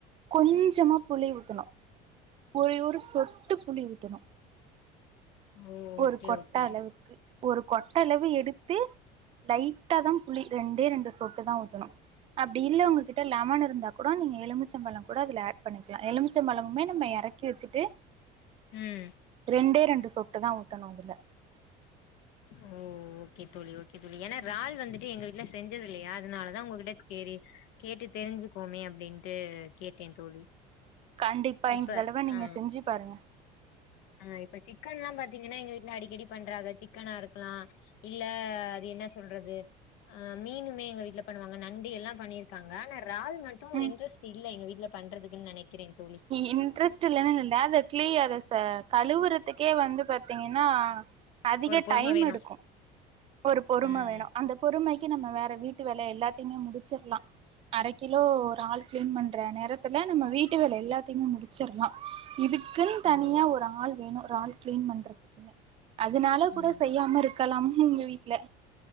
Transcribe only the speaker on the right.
கொஞ்சமா புளி ஊத்தணு ஒரே ஒரு சொட்டு புளி ஊத்தணு
ஒரு
கொட்ட
அளவுக்கு ஒரு கொட்ட அளவு எடுத்து லைட்டா தா புளி ரெண்டே ரெண்டு சொட்டு தா ஊத்தணு அப்டி இல்ல உங்ககிட்ட லெமன்னு இருந்தா கூட நீங்க எலுமிச்சம்பழம் கூட அதுல ஆட் பண்ணிக்கலா எலும்ச்சம்பழங்கமே நம்ம எறக்கி வெச்சுட்டு
ரெண்டே ரெண்டு சொட்டு தா ஊத்தணு அதுல
ம்
கண்டிப்பா
இந்த தடவ நீங்க
செஞ்சு பாருங்க
ம்
இன்ட்ரெஸ்ட் இல்லன்னு இல்ல அத கிளீ அத ச கழுவுறதுக்கே வந்து பாத்தீங்கன்னா அதிக
டைம்
எடுக்கும் ஒரு பொறும
வேணு அந்த பொறுமைக்கு நம்ம வேற வீட்டு வேலை எல்லாத்தையுமே முடிச்சிற்லா அரை கிலோ இறால் கிளீன் பண்ற நேரத்துல நம்ம வீட்டு வேலை எல்லாதையுமே முடிச்சற்லா இதுக் குன்
தனியா ஒரு ஆள் வேணு றால் கிளீன் பண்றதுக்குன்னு அதனால கூட
செய்யாம இருக் கலாம் உங்க வீட்டுல